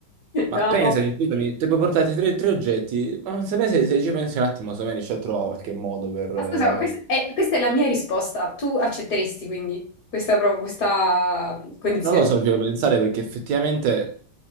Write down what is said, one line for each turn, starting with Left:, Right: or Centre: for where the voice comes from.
Right: Ma
Left: No,
Right: pensaci, scusami, ti puoi portarti tre, tre oggetti, ma se, me- se, se ci pensi un attimo, secondo me riesci a trovare qualche modo per...
Left: Ma
Right: eh,
Left: scusa, questa è, questa è la mia risposta, tu accetteresti quindi questa, pro- questa mm, condizione?
Right: Non lo so, ci devo pensare perché effettivamente